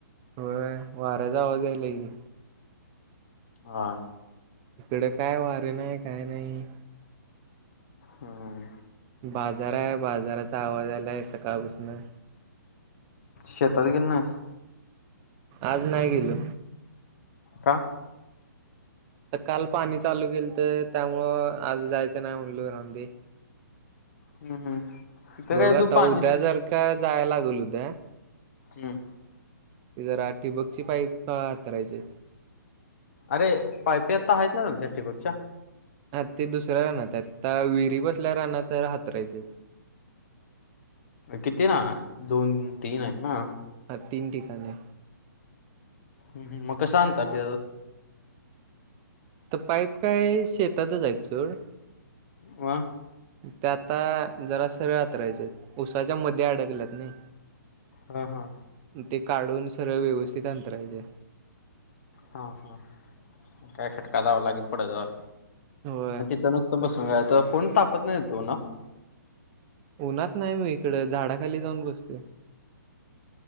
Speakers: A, on the right; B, on the left.
A: होय वाऱ्याचा आवाज यायलाय की.
B: हा
A: इकडे काय वारे नाही काय नाही.
B: हम्म
A: बाजार आहे बाजाराचा आवाज आलाय सकाळपासन.
B: शेतात गेला नाहीस.
A: आज नाही गेलो.
B: का
A: तर काल पाणी चालू केल तर त्यामुळं आज जायचं नाही म्हणलो राहून दे.
B: हम्म हम्म तिथं
A: बघा
B: काय तू
A: आता
B: पाणी
A: उद्या जारख काय जायला लागेल उद्या.
B: हम्म
A: ते जरा ठिबकची पाईप हातरायचे
B: अरे पायपेता आहेत ना तुमच्या ठीबकच्या.
A: ह ते दुसऱ्याला नत्यात तळ्याव विहिरी बस आपल्या रानात हातरायचे.
B: किती ना दोन तीन आहे ना.
A: हा तीन ठिकाणी.
B: हम्म मग कस आणतात
A: तर पाईप काय शेतातच आहेत चड
B: वा
A: ते आता जरा सरळ आतरायचे उसाच्या मध्ये अडकल्यात नाही.
B: हा हा.
A: ते काढून सरळ व्यवस्थित अंतरायचे
B: हा हा काय खटका दाबाला की पुढं
A: होय
B: तिथं नुसतं बसून घ तर कोण तापत नाही तो ना.
A: उन्हात नाही मी इकड झाडाखाली जाऊन बसतोय.